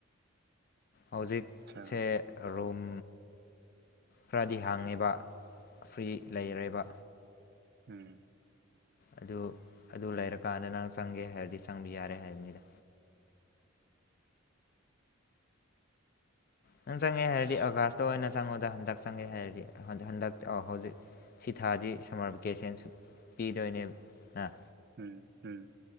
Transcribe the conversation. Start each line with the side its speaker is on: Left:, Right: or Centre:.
Left: ꯍꯧꯖꯤꯛꯁꯦ
Right: ꯑꯠꯁꯥ
Left: ꯔꯨꯝ ꯈꯔꯗꯤ ꯍꯥꯡꯉꯦꯕ ꯐ꯭ꯔꯤ ꯂꯩꯔꯦꯕ
Right: ꯎꯝ
Left: ꯑꯗꯨ ꯑꯗꯨ ꯂꯩꯔꯀꯥꯟꯗ ꯅꯪ ꯆꯪꯒꯦ ꯍꯥꯏꯔꯗꯤ ꯆꯪꯕ ꯌꯥꯔꯦ ꯍꯥꯏꯕꯅꯤꯗ ꯅꯪ ꯆꯪꯉꯦ ꯍꯥꯏꯔꯗꯤ
Right: ꯑꯁ
Left: ꯑꯒꯥꯁꯇ ꯑꯣꯏꯅ ꯆꯪꯉꯨꯗ ꯍꯟꯗꯛ ꯆꯪꯉꯦ ꯍꯥꯏꯔꯗꯤ ꯍꯟꯗꯛ ꯍꯧꯖꯤꯛ ꯁꯤ ꯊꯥꯗꯤ ꯁꯝꯃꯔ ꯚꯦꯀꯦꯁꯟꯁꯨ ꯄꯤꯗꯣꯏꯅꯦꯕ ꯅ
Right: ꯎꯝ ꯎꯝ